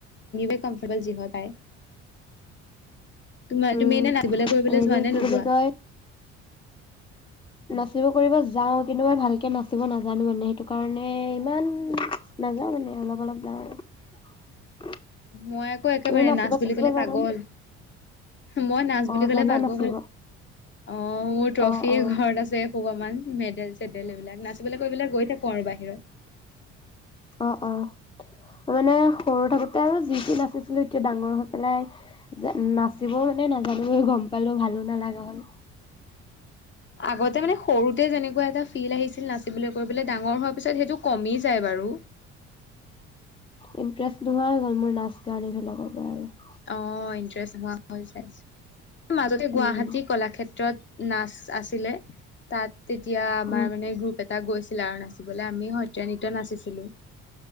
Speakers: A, on the left; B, on the left.
A: এ কমফট যিহতাই। তোমাৰ
B: উম
A: তুমি এনে নাচিবলৈ কৰিবলৈ
B: হেৰি
A: যোৱা নে
B: কি
A: নোযোৱা
B: বুলি কয় নাচিব কৰিব যাও কিন্তু মই ভালকে নাচিব নাজানো মানে সেইটো কাৰণে ইমান নাযাও মানে অলপ অলপ যাওঁ আৰু
A: মই আকৌ একেবাৰে
B: তুমি নাচিব
A: নাচ
B: চাচিব
A: বুলি কলে
B: জানানে?
A: পাগল মই নাচ বুলি
B: অ
A: ক'লে
B: জানা
A: পাগল
B: নাচিব
A: হ'ল অ মোৰ ট্ৰফিয়ে
B: অ অ
A: ঘৰত আছে। ভোগ মান মেডেল চেডেল এইবিলাক নাচিবলৈ কৰিব গৈ থাকো আৰু বাহিৰত।
B: অ অ মানে সৰু থাকোতে আৰু যিটো নাচিছিলো এতিয়া ডাঙৰ হৈ পেলাই নাচিবও মানে নাজানো গম পালো ভালো নালাগা হল।
A: আগতে মানে সৰুতে যেনেকুৱা এটা ফিল আহিছিল নাচিবলৈ কৈললে ডাঙৰ হোৱাৰ পিছত সেইটো কমি যায় বাৰু
B: ইণ্টাৰেষ্ট নোহোৱা হৈ গ'ল মোৰ নাচ গান এইবিলাকৰ পৰা আৰু
A: অ ইণ্টাৰেষ্ট হ হৈ যাইছো মাজতে গুৱাহাটী
B: উম
A: কলাক্ষেত্ৰত নাচ আছিলে তাত। তেতিয়া আমাৰ
B: উম
A: মানে গ্ৰুপ এটা। তাত গৈছিলা আৰু নাচিবলৈ আমি সত্ৰীয়া নৃত্য নাচিছিলো।